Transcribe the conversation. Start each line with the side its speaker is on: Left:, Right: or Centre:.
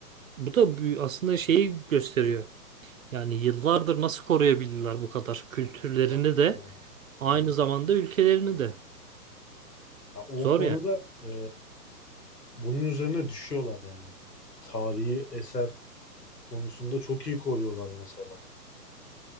Right: Bu da büyü- aslında şeyi gösteriyor. Yani yıllardır nasıl koruyabildiler bu kadar kültürlerini
Left: Tabii
Right: de
Left: ki yani.
Right: aynı zamanda ülkelerini de.
Left: Ya o
Right: Zor
Left: konuda
Right: yani.
Left: e, bunun üzerine düşüyorlar yani. Tarihi eser konusunda çok iyi koruyorlar mesela.